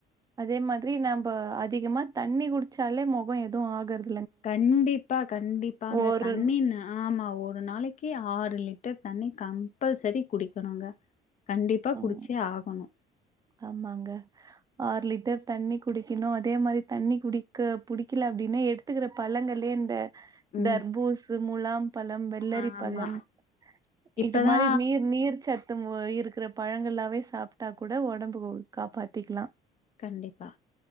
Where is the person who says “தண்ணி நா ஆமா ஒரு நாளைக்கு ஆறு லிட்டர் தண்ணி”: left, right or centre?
Left